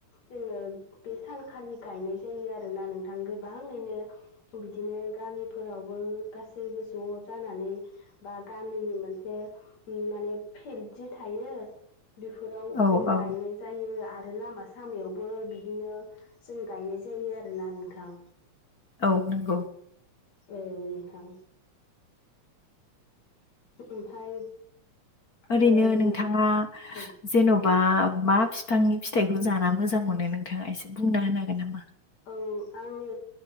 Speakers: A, on the left; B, on the left.
A: जोङो बे सानखालि गायनाय जायो आरोना नोंथां गो बांयैनो बिदिनो गामिफोरावबो गासैबो ज' जानानै बा गामिनि मोनसे माने फिल्ड जि थायो बेफोराव
B: औ
A: जों
B: औ
A: गायनाय जायो आरो लामा सामायावबो बिदिनो जों गायनाय जायो आरोना नोंथां
B: औ नंगौ
A: औ नोंथां। ओमफाय
B: ओरैनो
A: ओ
B: नोंथाङा
A: औ
B: जेन' बा मा फिफांनि फिथाइखौ जाना मोजां मोनो नोंथाङा एसे बुंना होनो हागोन नामा?
A: औ आङो